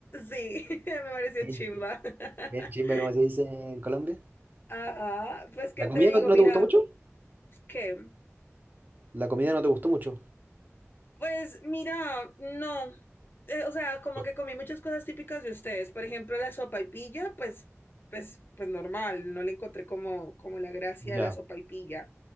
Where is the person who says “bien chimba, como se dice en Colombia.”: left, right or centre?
Right